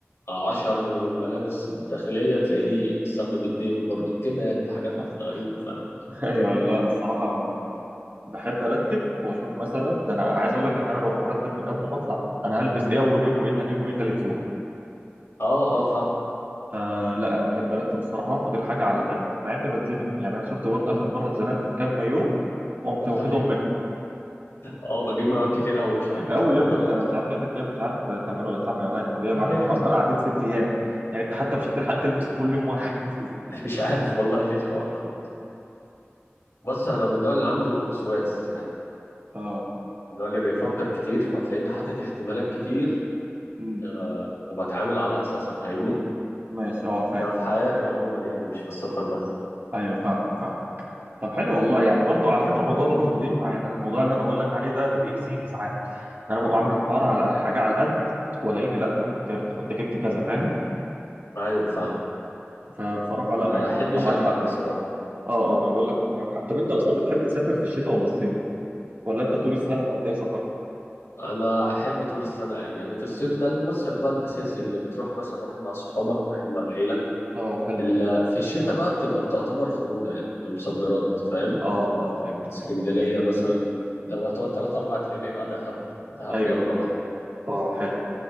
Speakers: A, on the left (about 85°); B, on the right (about 45°).
A: عشر ملابس داخلية تلاقيني استخدم اتنين برضو كده يعني حاجات
B: <laughs>
A: غريبة فاهم
B: ايوه ايوه لا انا الصراحة بحب ارتب واشوف مثلا ده انا انا عايز اقول لك ان انا ببقى مرتب من قبل ما اطلع انا هلبس ايه اول يوم وايه تاني يوم وايه تالت يوم
A: <laughs> اه اه فاهم
B: فلا انا بحب ارتب الصراحة واخد الحاجة على القد مع اني بتزنق يعني انا شفت برضه اخر مرة اتزنقت في كام مايو قمت
A: <laughs>
B: واخدهم
A: ايوه اه بجيب مايوهات كتير قوي مش عارف ليه
B: قوي
A: الحوار
B: يا ابني
A: ده برضه
B: انا مش عارف لقيتك جايب مش عارف 8 ولا 9 مايوهات طب ايه يا
A: <laughs>
B: معلم احنا اصلا قاعدين ست ايام يعني انت حتى مش هتلحق تلبس كل يوم واحد
A: مش عارف والله ليه الحوار ده برضه بص انا من النوع اللي عنده وسواس يعني
B: <laughs> اه
A: من النوع اللي بيفكر كتير فتلاقيني حاطط احتمالات كتير
B: امم
A: آه، وبتعامل على اساسها فاهمني
B: ماشي اه فاهم
A: ده في حياتي عموما يعني مش في السفر بس
B: ايوه فاهمك فاهم طب حلو والله يعني برضو على فكره الموضوع ده برضو بينفع يعني انا الموضوع اللي انا بقول لك عليه ده انا بيأذيني ساعات ان انا ببقى عامل الحوار على حاجه على القد ولاقيني لا ده انا كنت يا ريتني كنت جبت كذا فاهم
A: ايوه فاهم
B: فبصراحه
A: ما
B: لا يعني
A: احبش
B: انت معاك
A: اندم
B: حق
A: بصراحه
B: اه اه ما انا بقول لك انت معاك حق طب انت اصلا بتحب تسافر في الشتاء ولا الصيف ولا انت طول السنه مقضيها سفر
A: انا احب طول السنه عادي يعني في الصيف ده المصيف بقى الاساسي اللي بتروح مثلا واحد مع صحابك واحد مع العيله
B: اه حلو
A: اللي في الشتاء بقى بتبقى بتعتبر خروجه يعني يوم صد رد فاهم
B: اه اه فهمتك
A: اسكندريه
B: فهمت
A: مثلا لو هتقعد تلات اربع ايام يبقى دهب دهب
B: ايوه
A: جامده برضه
B: اه حلو